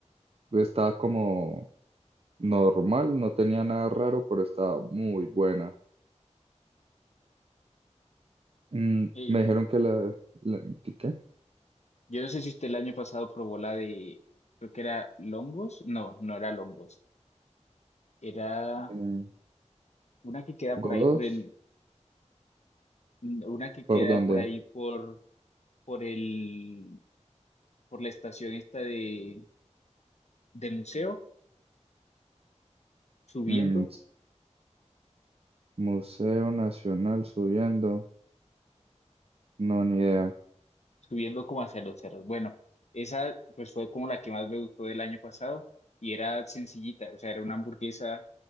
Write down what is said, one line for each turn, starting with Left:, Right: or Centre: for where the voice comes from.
Right: estaba como normal, no tenía nada raro, pero estaba muy buena. Mm,
Left: eh,
Right: me dijeron que la, la- ¿qué?
Left: yo no sé si usted el año pasado probó la de, creo que era longos, no, no era longos, era
Right: Eh,
Left: una que queda por
Right: Godos,
Left: ahí por el mm, una que
Right: ¿por
Left: queda
Right: dónde?
Left: por ahí por, por el, por la estación esta de, de museo, subiendo,
Right: Mm, Museo Nacional subiendo. No, ni idea.
Left: subiendo como hacia los cerros. Bueno, esa pues fue como la que más me gustó del año pasado y era sencillita, o sea, era una hamburguesa